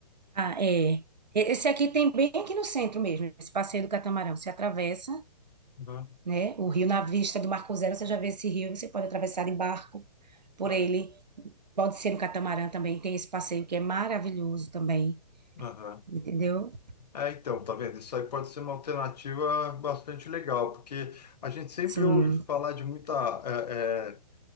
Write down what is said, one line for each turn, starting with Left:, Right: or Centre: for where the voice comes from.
Right: Ah, é. E- Esse aqui tem bem aqui no centro mesmo, esse passeio do catamarão. Você atravessa,
Left: Uhum.
Right: né, o rio na vista do Marco Zero, você já vê esse rio, você pode atravessar de barco por
Left: Olha.
Right: ele. Pode ser no catamarã também, tem esse passeio que é maravilhoso também,
Left: Aham.
Right: entendeu?
Left: É, então, tá vendo? Isso aí pode ser uma alternativa bastante legal, porque a gente sempre
Right: Sim,
Left: ouve falar de muita. É, é,